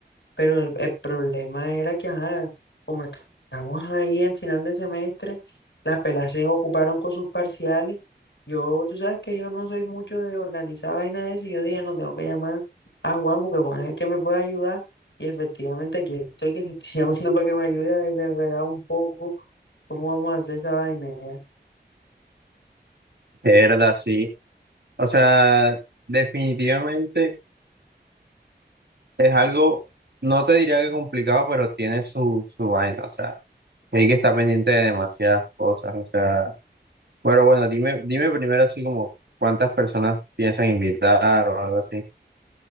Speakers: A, on the left; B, on the right.
A: Pero el, el problema era que, ajá, como est- estamos ahí en final de semestre, las pelas se ocuparon con sus parciales. Yo, tú sabes que yo no soy mucho de organizar vaina de eso, y yo dije, no tengo que llamar a Juan porque Juan es el que me puede ayudar. Y efectivamente aquí estoy que te estoy <laughs> llamando para que me ayude a desenredar un poco cómo vamos a hacer esa vaina. ya.
B: De verdad, sí. O sea, definitivamente es algo, no te diría que complicado, pero tiene su, su vaina, o sea, hay que estar pendiente de demasiadas cosas, o sea. Pero bueno, dime, dime primero así como cuántas personas piensan invitar o algo así.